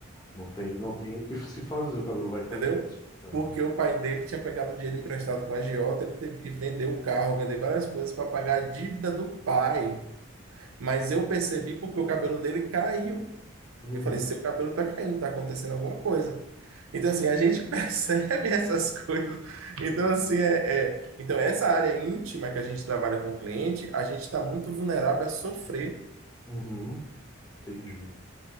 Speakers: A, on the left; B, on the right.
A: Não tem, não tem o que se fazer, o cabelo vai cair
B: entendeu?
A: mesmo. É.
B: Porque o pai dele tinha pegado dinheiro emprestado com a agiota, ele teve que vender o carro, vender várias coisas para pagar a dívida do pai. Mas eu percebi porque o cabelo dele caiu.
A: Uhum,
B: Eu falei, seu cabelo tá caindo, tá acontecendo alguma coisa. Então, assim, a gente <laughs> percebe essas coisas. Então, assim, é, é- Então, essa área íntima que a gente trabalha com o cliente, a gente está muito vulnerável a sofrer
A: uhum. Entendi.